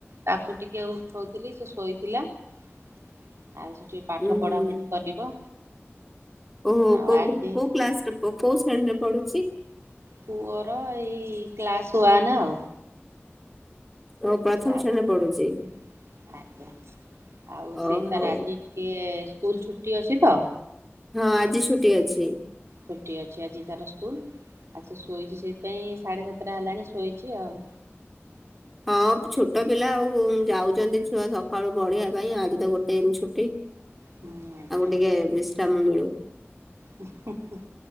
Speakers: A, on the right; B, in the centre.
A: ତାକୁ ଟିକେ ଉଠଉଥିଲି ସେ ଶୋଇଥିଲା ଆଉ ସେ ଟିକେ ପାଠ
B: ଉୁଁ
A: ପଢ଼ାପଢ଼ି କରିବ।
B: ଓହୋ
A: ଆଉ
B: କୋଉ
A: ଆଜି
B: କୋଉ କ୍ଲାସରେ ପୁଅ କୋଉ ଶ୍ରେଣୀରେ ପଢୁଛି।
A: ପୁଅର ଏଇ କ୍ଲାସ୍ ୱାନ୍ ଆଉ।
B: ଓ ପ୍ରଥମ
A: କ୍ଲାସ
B: ଶ୍ରେଣୀରେ ପଢୁଛି।
A: ଆଜ୍ଞା ଆଉ ସିଏ
B: ଓହୋ
A: ତାର ଆଜି କିଏ ସ୍କୁଲ ଛୁଟି ଅଛି ତ
B: ହଁ ଆଜି ଛୁଟି ଅଛି।
A: ଛୁଟି ଅଛି ଆଜି ତାର ସ୍କୁଲ ଆଉ ସେ ଶୋଇଛି ସେଇଥିପାଇଁ ସାଢ଼େ ସାତଟା ହେଲାଣି ଶୋଇଛି ଆଉ।
B: ହଁ ଛୋଟ ପିଲା ଆଉ ଯାଉଛନ୍ତି ଛୁଆ ସକାଳୁ ପଢିବା ପାଇଁ ଆଜି ତ ଗୋଟେ ଦି ଛୁଟି।
A: ହୁଁ ଆଜ୍ଞା
B: ଆକୁ ଟିକେ ବିଶ୍ରାମ ମିଳୁ।
A: ହୁଁ ହୁଁ ହୁଁ